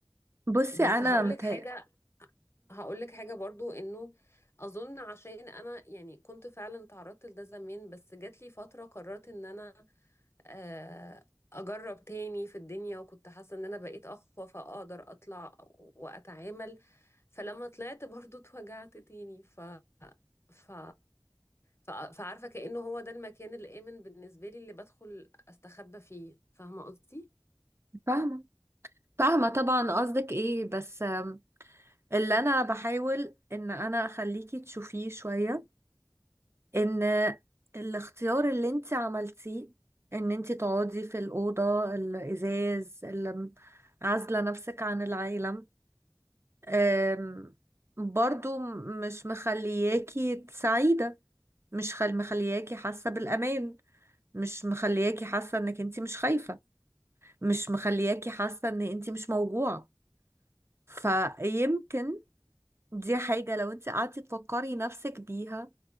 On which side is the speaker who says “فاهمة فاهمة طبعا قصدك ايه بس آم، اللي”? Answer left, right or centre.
Right